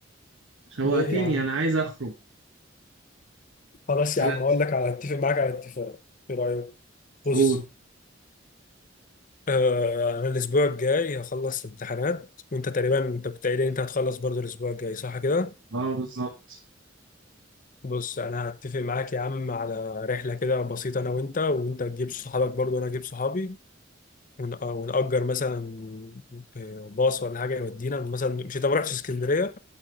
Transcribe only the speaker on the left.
ليه يا عم
خلاص يا
عم هقول لك على اتفق معاك على اتفاق ايه رايك بص
آه انا الاسبوع الجاي هخلص امتحانات وانت تقريبا انت كنت قايل لي انت هتخلص برضو الاسبوع الجاي صح كده
بص انا هتفق معاك يا عم على رحله كده بسيطه انا وانت وانت تجيب صحابك برضو وانا اجيب صحابي ون- آه، ونأجر مثلا آه، باص ولا حاجه يودينا مثلا مش انت ما رحتش اسكندريه